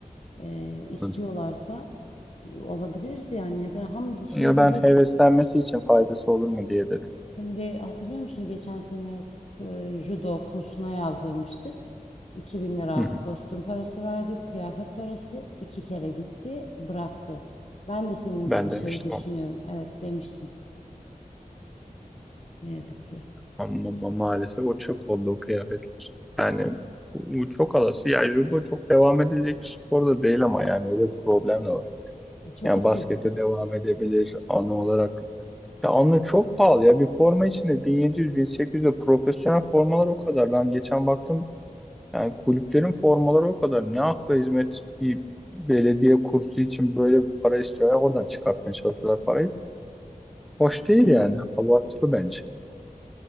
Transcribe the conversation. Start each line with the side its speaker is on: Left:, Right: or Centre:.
Left: E, istiyorlarsa
Centre: Hı.
Left: e, olabiliriz yani neden? Ham şimdi
Centre: Ya
Left: diyeceksin
Centre: ben heveslenmesi için faydası olur mu diye dedim.
Left: Şimdi hatırlıyor musun geçen sene e, judo kursuna yazdırmıştık. iki bin lira
Centre: Hı hı.
Left: kostüm parası verdik, kıyafet parası. iki kere gitti, bıraktı. Ben de senin
Centre: Ben
Left: gibi şey
Centre: demiştim
Left: düşünüyorum.
Centre: ama.
Left: Evet demiştim. Ne yazık ki.
Centre: Ama, ama maalesef o çöp oldu o kıyafetler. Yani bu bu çok alası. Ya judo çok devam edilecek bir spor da değil ama yani öyle bir problem de var.
Left: Çok
Centre: Yani
Left: istedi.
Centre: baskete devam edebilir anı olarak. Ya anı çok pahalı ya. Bir forma içinde 1700-1800 de profesyonel formalar o kadar. Ben geçen baktım Yani kulüplerin formaları o kadar. Ne akla hizmet bir belediye kursu için böyle bir para istiyorlar. Oradan çıkartmaya çalışıyorlar parayı. Hoş değil yani. Abartılı bence.